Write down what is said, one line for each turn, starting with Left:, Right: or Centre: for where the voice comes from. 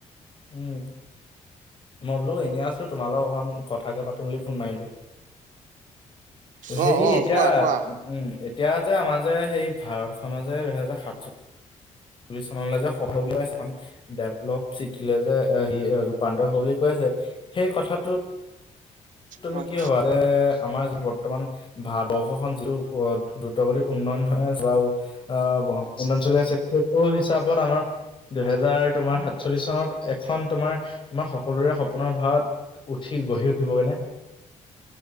Left: উম। মই বোলো এনেই আছো, তোমাৰ লগত অকণমান কথাকে পাতো বুলি ফোন মাৰিলো। সেই
Right: অ অ
Left: এতিয়া
Right: কোৱা কোৱা
Left: উম, এতিয়া যে আমাৰ যে সেই ভাৰত খনৰ যে দুহেজাৰ সাত চ পুলিচ চনলে যে <unintelligible> ডেভলপ চিটিলেযে সি ৰূপান্তৰ হোৱা বুলি কৈ আছে, সেই কথাটোত তুমি
Right: হয়
Left: কি
Right: হয়
Left: <unintelligible> যে আমাৰ যে বৰ্তমান ভাৰতবৰ্ষখন যিটো দ্ৰুতগতিৰ উন্নয়ন হৈ যোৱা অ' আহ বহুত উন্নয়ন চলি আছে, সেইটো হিচাপত আমাৰ দুহেজাৰ তোমাৰ সাতচল্লিশ চনত, এখন তোমাৰ আমাৰ সকলোৰে সপোনৰ ভাৰত উঠি, গহি উঠিব গৈ নে?